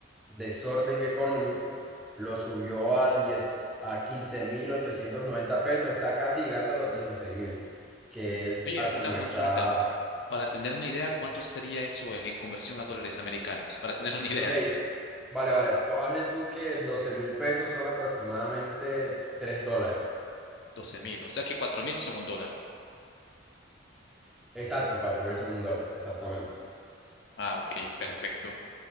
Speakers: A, in the centre; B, on the left.
A: desorden económico, lo subió a diez a 15.890 pesos, está casi llegando a los dieciséis mil que es
B: Oye,
A: a
B: una
A: como
B: consulta.
A: está.
B: Para tener una idea, ¿cuánto sería eso en conversión a dólares americanos? Para tener una idea,
A: Ok, vale, vale, pues hazle tú que 12.000 pesos son aproximadamente 3 dólares.
B: doce mil. O sea que 4 mil son un dólar.
A: Exacto, 4.000 son un dólar, exactamente.
B: Ah, ok,
A: Sí,
B: perfecto.